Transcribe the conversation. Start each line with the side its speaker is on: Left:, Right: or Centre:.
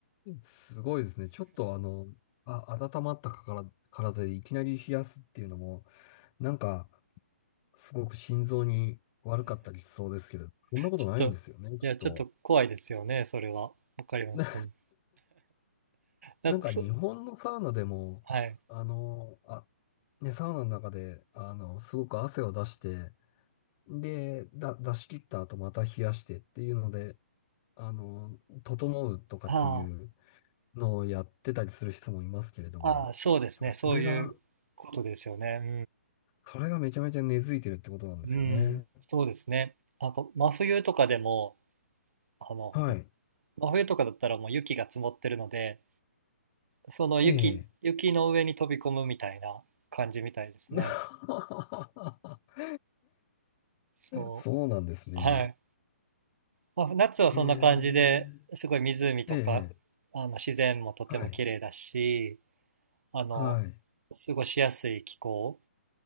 Left: すごいですね。ちょっとあの、あ、温まったかから、体でいきなり冷やすっていうのも、なんか、すごく心臓に悪かったりしそうですけど、そんなことないんですよね、
Right: ちょっと、
Left: きっと。
Right: いや、ちょっと怖いですよね、それは。わかります。
Left: <laughs> な、
Right: うんなんかふ、
Left: なんか日本のサウナでも、
Right: はい。
Left: あの、あ、ね、サウナの中で、あの、すごく汗を出して、で、だ、出し切った後また冷やしてっていうので、あの、整うとかっていう
Right: あ
Left: のをやってたりする人もいますけれども、
Right: あ、ああ、そうですね。
Left: やっぱそれが、
Right: そういうことですよね。う
Left: それがめちゃめちゃ根付いてるってことなんですよね。
Right: ん。うん。そうですね。なんか、真冬とかでも、あの、
Left: はい。
Right: 真冬とかだったらもう雪が積もってるので、その雪、
Left: ええ。
Right: 雪の上に飛び込むみたいな感じみたいですね。
Left: <laughs>
Right: そ
Left: そうなんですね。
Right: う。はい。まあ、夏はそんな感じで、
Left: ええ、
Right: すごい湖とか、
Left: ええ、
Right: あの自然もとても綺麗だし、
Left: はい、
Right: あの、
Left: はい、
Right: 過ごしやすい気候。